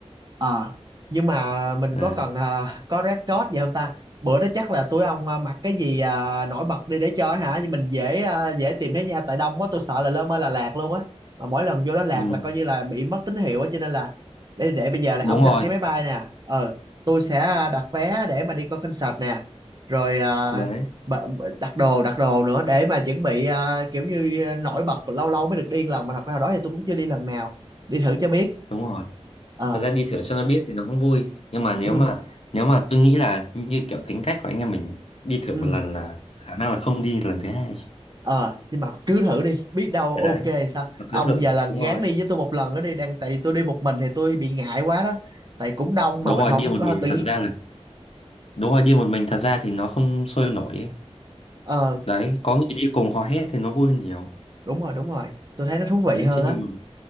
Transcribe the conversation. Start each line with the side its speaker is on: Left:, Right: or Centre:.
Right: Ờ, nhưng mà mình
Left: đấy
Right: có cần ờ, có red code gì không ta? Bữa đó chắc là tụi ông ờ, mặc cái gì ờ, nổi bật đi để chơi hả? Nhưng Mình dễ ờ, dễ tìm thấy nhau tại đông quá tôi sợ là lơ mơ là lạc luôn á. Mà mỗi lần vô đó lạc
Left: ừ.
Right: là coi như là bị mất tín hiệu á cho nên là để để bây giờ
Left: đúng
Right: là ông sẽ
Left: rồi
Right: đặt cái máy bay nè. Ờ, tôi sẽ ờ, đặt vé để mà đi coi concert nè. Rồi ờ,
Left: đấy
Right: b- b- đặt đồ đặt đồ nữa để mà chuẩn bị ờ, kiểu như ờ, nổi bật lâu lâu mới được đi một lần mà thật ra hồi đó thì tôi cũng chưa đi lần nào. Đi thử cho biết.
Left: đúng rồi
Right: Ờ,
Left: thật ra đi thử cho nó biết thì nó cũng vui nhưng mà nếu
Right: ừ.
Left: mà nếu mà tôi nghĩ là như kiểu tính cách của anh em mình ấy, đi thử
Right: Ừ.
Left: một lần là khả năng là không đi lần thứ hai
Right: ờ nhưng mà cứ thử đi biết đâu
Left: đấy
Right: ok sao
Left: mà
Right: ông
Left: cứ thử
Right: giờ là gán
Left: đúng rồi
Right: đi với tôi một lần nữa đi đang tại vì tôi đi một mình thì tôi bị ngại quá đó tại cũng đông
Left: đúng
Right: mà mình
Left: rồi
Right: không
Left: đi một
Right: có
Left: mình
Right: tự nhiên
Left: thật ra là đúng rồi đi một mình thật ra thì nó không sôi nổi ấy.
Right: ờ
Left: đấy có người đi cùng hò hét thì nó vui hơn nhiều
Right: đúng rồi đúng rồi tôi thấy nó thú vị
Left: đấy
Right: hơn
Left: chứ đi
Right: á
Left: một